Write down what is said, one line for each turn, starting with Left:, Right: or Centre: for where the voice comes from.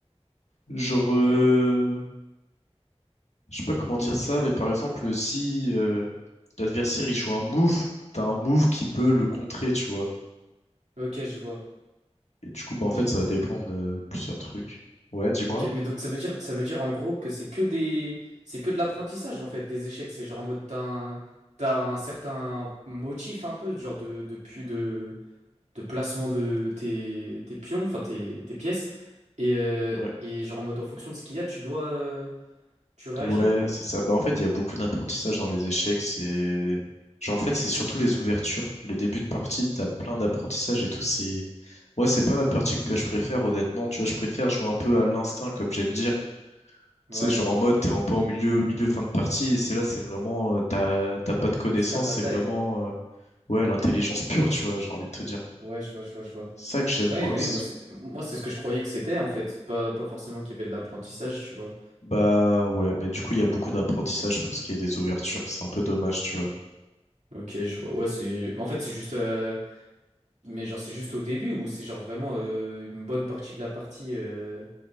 Left: Genre, euh,
Right: Euh,
Left: je sais pas comment dire ça, mais par exemple, si euh, l'adversaire il joue un move, t'as un move qui peut le contrer, tu vois.
Right: Ok, je vois.
Left: Et du coup, bah en
Right: Mais
Left: fait, ça va dépendre de plusieurs trucs. Ouais, dis-moi.
Right: Ok, mais donc ça veut dire, ça veut dire en gros que c'est que des, c'est que de l'apprentissage en fait. Les échecs, c'est genre en mode t'as un, t'as un certain motif un peu, genre de, de, pu- de, de placement de tes, tes pions, enfin tes, tes pièces, et, euh,
Left: Ouais,
Right: et genre en mode en fonction de ce qu'il y a, tu dois, euh, tu réagis.
Left: Ouais, c'est ça. Bah, en fait, il y a beaucoup d'apprentissage dans les échecs. C'est, genre, en fait, c'est surtout les ouvertures. Le début de partie, t'as plein d'apprentissage et tout. C'est, moi, c'est pas ma partie que je préfère, honnêtement. Tu vois, je préfère jouer un peu à l'instinct, comme j'aime dire.
Right: Ouais,
Left: Tu sais, genre en mode, t'es un peu en milieu, milieu, fin de partie. Et c'est là, c'est vraiment, euh, t'as, t'as pas de connaissances.
Right: c'est la bataille.
Left: C'est vraiment, euh, Ouais, l'intelligence pure, tu vois, j'ai envie de te dire.
Right: Ouais, je vois, je vois, je vois.
Left: C'est ça que j'aime,
Right: Ouais,
Left: moi.
Right: mais
Left: C'est-
Right: moi c'est, moi c'est ce que je croyais que c'était en fait, pas, pas forcément qu'il y avait de l'apprentissage, tu vois.
Left: Bah ouais, mais du coup, il y a beaucoup d'apprentissage pour ce qui est des ouvertures. C'est un peu dommage, tu vois.
Right: Ok, je vois. Ouais, c'est, en fait c'est juste. euh, Mais genre, c'est juste au début ou c'est genre vraiment euh, une bonne partie de la partie euh,